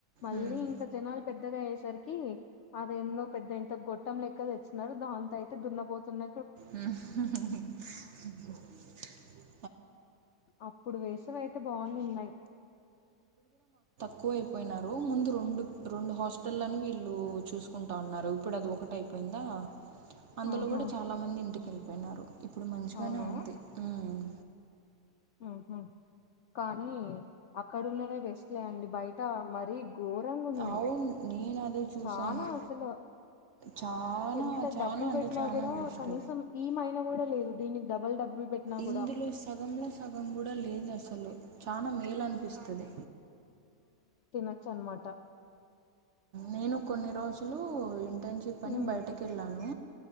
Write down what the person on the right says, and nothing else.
ఉమ్.
ఉమ్ హూ హూ హూ
ఎక్కువ అయిపోయినారు ముందు రెండు రెండు హాస్టల్లను వీళ్ళు చూసుకుంటా ఉన్నారు ఇప్పుడు అది ఒకటి అయిపోయిందా అందులో
గూడా చాలా మంది ఇంటికి యెళ్ళిపోయినారు ఇప్పుడు మంచిగానే
ఉంది ఉమ్
అవును నేను అదే చూసాను
చానా
చానా
అంటే
చానా
వేస్ట్
ఇందులో
సగంలో సగం గూడా లేదు అసలు చానా మేలు అనిపిస్తది
నేను కొన్ని రోజు లు ఇంటెన్షిప్ అని
బయటికెళ్ళాను